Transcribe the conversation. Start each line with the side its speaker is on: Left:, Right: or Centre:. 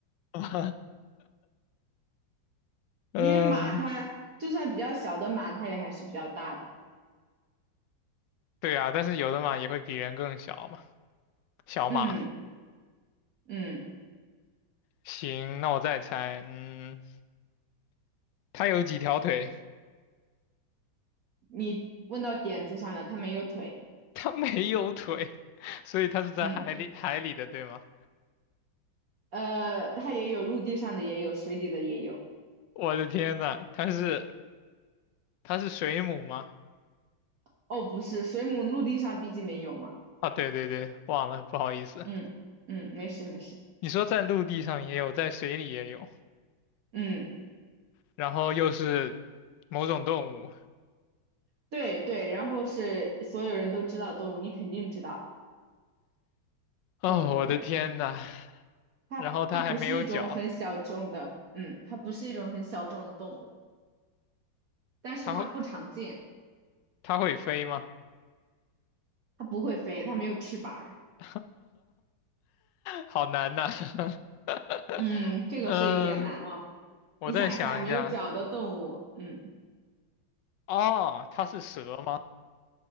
Left: <laughs> 嗯，
Right: 因为马它就算比较小的马，它也还是比较大的，
Left: 对啊，但是有的马也会比人更小嘛，小马。
Right: 嗯嗯，
Left: 行，那我再猜，嗯，它有几条腿？
Right: 你问到点子上了，它没有腿，
Left: 它没有腿，所以它是在海里海里的，
Right: 嗯，
Left: 对吗？
Right: 呃，它也有陆地上的，也有水里的，也有，
Left: 我的天呐，它是它是水母吗？
Right: 哦，不是，水母陆地上毕竟没有嘛，
Left: 啊，对对对，忘了，不好意思。
Right: 嗯嗯，没事没事，
Left: 你说在陆地上也有，在水里也有，
Right: 嗯。
Left: 然后又是某种动物。
Right: 对对，然后是所有人都知道的动物，你肯定知道
Left: 哦，
Right: 这种动物，
Left: 我的天呐，
Right: 它它不是一种很小众的，
Left: 然后它还没有脚，
Right: 嗯，它不是一种很小众的动物，但是它不常见，
Left: 它会它会飞吗？
Right: 它不会飞，它没有翅膀儿
Left: <laughs> 好难呐。<laughs>
Right: 嗯，这个是有点难哦。
Left: 嗯，我再想一下。
Right: 你想一下，没有脚的动物，嗯
Left: 哦，它是蛇吗？